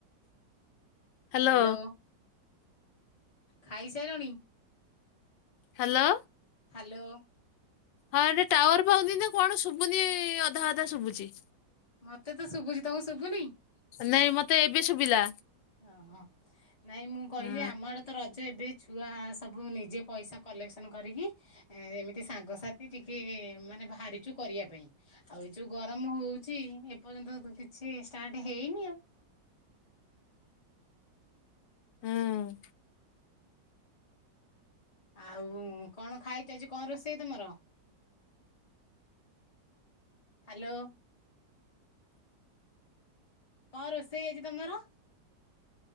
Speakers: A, on the left; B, on the left.
A: ହ୍ୟାଲୋ
B: ହାଲୋ, ଖାଇ ସାଇଲଣି?
A: ହାଲୋ,
B: ହାଲୋ
A: ହଁ, ଏଠି ଟାୱାର ପାଉନି ନା କଣ ଶୁଭୁନି ଅଧା ଅଧା ଶୁଭୁଛିି।
B: ମତେ ତ ଶୁଭୁଛି। ତମକୁ ଶୁଭୁନି
A: ନାଇଁ ମତେ ଏବେ ଶୁଭିଲା,
B: ଓ ହଁ ନାଇଁ ମୁଁ କହିଲି
A: ହଁ
B: ଆମଆଡେ ତ ରଜ ଏବେ ଛୁଆ ସବୁ ନିଜେ ପଇସା, କଲେକ୍ସନ କରିକି ଏମିତି ସାଙ୍ଗସାଥି ଟିକେ ମାନେ ବାହାରିଛୁ କରିବା ପାଇଁ, ଆଉ ଏ ଯୋଉ ଗରମ ହଉଛି ଏପର୍ଯ୍ୟନ୍ତ କିଛି ଷ୍ଟାର୍ଟ ହେଇନି ଆଉ।
A: ହଁ
B: ଆଉ କଣ ଖାଇଛ? ଆଜି କଣ ରୋଷେଇ ତମର? ହାଲୋ, କଣ ରୋଷେଇ ଆଜି ତମର?